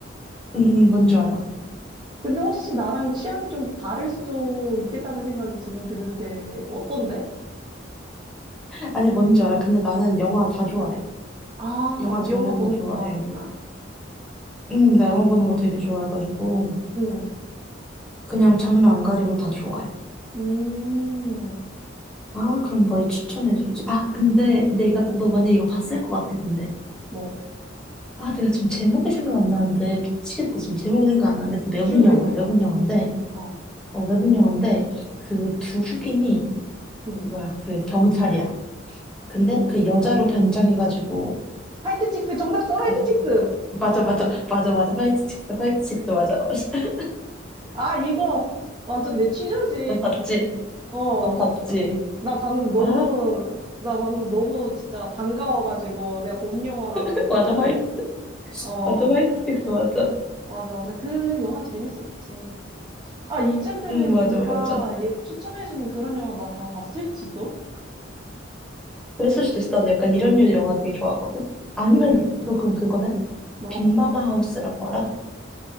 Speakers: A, in the centre; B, on the right.
A: 응, 응, 뭔지 알아.
B: 근데 혹시 나랑 취향이 좀 다를 수도 있겠다는 생각이 지금 드는데 어떤데?
A: 아니, 뭔지 알아. 근데 나는 영화 다 좋아해.
B: 아,
A: 영화 장르
B: 영화 보는
A: 다 좋아해.
B: 거 좋아하는구나.
A: 응, 나 영화 보는 거 되게 좋아해가지고,
B: 응.
A: 그냥 장르 안 가리고 다 좋아해.
B: 음.
A: 아, 그럼 뭘 추천해주지? 아, 근데 내가,
B: 응.
A: 너 만약에 이거 봤을 것 같아, 근데.
B: 뭐.
A: 아, 내가 지금 제목이 생각 안 나는데, 미치겠다. 지금 제목이 생각 안 나는데, 그 외국
B: 줄거리
A: 영화야,
B: 얘기해봐.
A: 외국 영화인데,
B: 어.
A: 어, 외국 영화인데, 그 두 흑인이,
B: 응.
A: 뭐야, 그 경찰이야. 근데
B: 응.
A: 그 여자로 변장해가지고,
B: 화이트 칙스 정답 써. 화이트
A: 그,
B: 칙스.
A: 맞아, 맞아, 맞아, 맞아. 화이트 칙스, 화이트 칙스, 맞아. <laughs>
B: 아, 이거 완전 내 취저지.
A: 너 봤지?
B: 어.
A: 너 봤지?
B: 아, 나 방금 너무,
A: 아,
B: 나 방금 너무 진짜 반가워가지고, 내가 본 영화라가지고.
A: <laughs> 맞아, 화이트,
B: 어,
A: 맞아, 화이트 칙스, 맞아.
B: 맞아, 맞아. 그 영화 재밌었지. 아, 이쯤 되면
A: 응, 맞아,
B: 네가
A: 맞아.
B: 예, 추천해주는 그런 영화 나 다 봤을지도?
A: 그랬을 수도 있어. 나도 약간 이런 류 영화 되게 좋아하거든. 아니면
B: 응, 응.
A: 또 그럼 그거네?
B: 뭐?
A: 빅마마 하우스라고 알아?